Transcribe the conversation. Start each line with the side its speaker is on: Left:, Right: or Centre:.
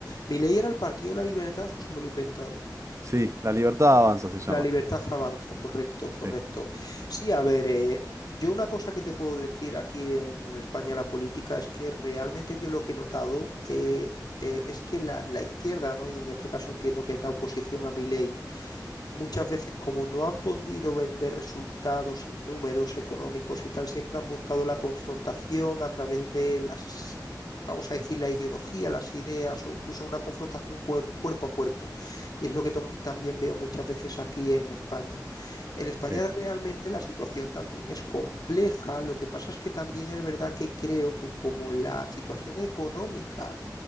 Left: ¿Milei era el Partido de la Libertad o se me lo he inventado?
Right: Sí, la libertad avanza se llama.
Left: La libertad avanza, correcto, correcto.
Right: Sí,
Left: Sí, a ver, eh, yo una cosa que te puedo decir aquí en, en España la política es que realmente yo lo que he notado eh, eh, es que la, la izquierda, ¿no? Y en este caso entiendo que es la oposición a Milei muchas veces como no han podido vender resultados en números económicos y tal, siempre han buscado la confrontación a través de las, vamos a decir, la ideología, las ideas o incluso una confrontación cuer- cuerpo a cuerpo. Y es lo que tom- también veo muchas veces aquí en España. En España
Right: sí.
Left: realmente la situación también es compleja. Lo que pasa es que también es verdad que creo que como la situación económica,